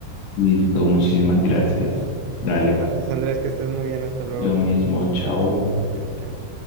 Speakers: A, on the left; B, on the right.
A: Listo, muchísimas gracias. Dale,
B: <laughs> Gracias, Andrés, que estés muy bien, hasta luego.
A: lo mismo, chao.
B: Chao, chao.